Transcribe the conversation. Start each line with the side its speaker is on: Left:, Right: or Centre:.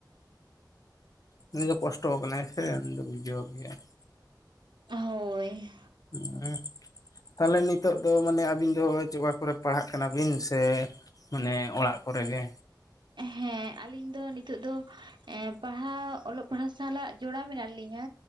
Left: ᱩᱱᱤ ᱫᱚ ᱠᱚᱥᱴᱚ ᱠᱟᱱᱟᱭ ᱥᱮ ᱩᱱ ᱫᱚ ᱵᱩᱡᱷᱟᱹᱣ ᱜᱮᱭᱟᱭ ᱾
Right: ᱦᱳᱭ
Left: ᱩᱸ <unintelligible> ᱛᱟᱞᱮ ᱱᱤᱛᱚᱜ ᱫᱚ ᱢᱟᱱᱮ ᱟᱹᱵᱤᱱ ᱫᱚ ᱡᱚᱜᱟ ᱠᱚᱨᱮ ᱯᱟᱲᱦᱟᱜ ᱠᱟᱱᱟ ᱵᱤᱱ ᱥᱮ ᱢᱟᱱᱮ ᱚᱲᱟᱜ ᱠᱚᱨᱮ ᱜᱮ
Right: ᱮᱸᱜ ᱦᱮᱸ ᱟᱞᱤᱧ ᱫᱚ ᱱᱤᱛᱚᱜ ᱫᱚ ᱮᱸ ᱯᱟᱲᱦᱟᱣ ᱚᱞᱚᱜ ᱯᱟᱲᱦᱟᱜ ᱥᱟᱞᱟᱜ ᱡᱚᱲᱟᱣ ᱢᱮᱱᱟᱜ ᱞᱤᱧᱟ᱾